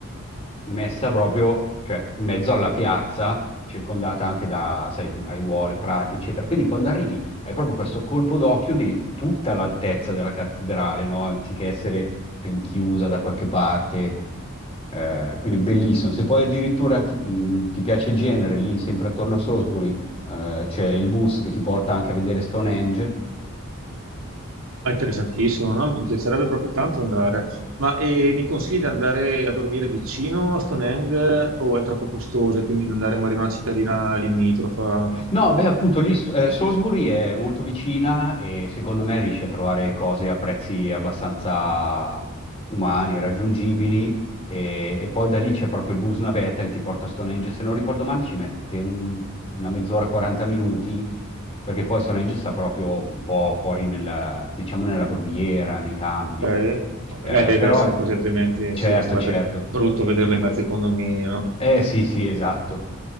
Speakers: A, on the left (about 30°); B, on the right (about 70°).
A: messa proprio, cioè, in mezzo alla piazza, circondata anche da, sai, aiuole, prati, eccetera. Quindi quando arrivi hai proprio questo colpo d'occhio di tutta l'altezza della cattedrale, no? Anziché essere rinchiusa da qualche parte. Eh, quindi bellissimo. Se poi addirittura ti, mh, ti piace il genere, lì sempre attorno a Salisbury, eh, c'è il bus che ti porta anche a vedere Stonehenge.
B: è interessantissimo, no? Mi piacerebbe proprio tanto andare. Ma eh, mi consigli di andare a dormire vicino a Stonehenge o è troppo costoso e quindi di andare magari in una cittadina limitrofa?
A: No, beh, appunto lì st- eh, Salisbury è molto vicina e secondo me riesci a trovare cose a prezzi abbastanza umani, raggiungibili e, e poi da lì c'è proprio il bus navetta che ti porta a Stonehenge. Se non ricordo male ci mette un- una mezz'ora, 40 minuti, perché poi Stonehenge sta proprio un po' fuori nella, diciamo, nella brughiera, nei campi.
B: Ok.
A: Eh,
B: Beh, deve
A: però,
B: essere così, altrimenti
A: certo,
B: sì, sarebbe
A: certo.
B: brutto vederlo in mezzo ai condomini, no?
A: Eh sì, sì, esatto.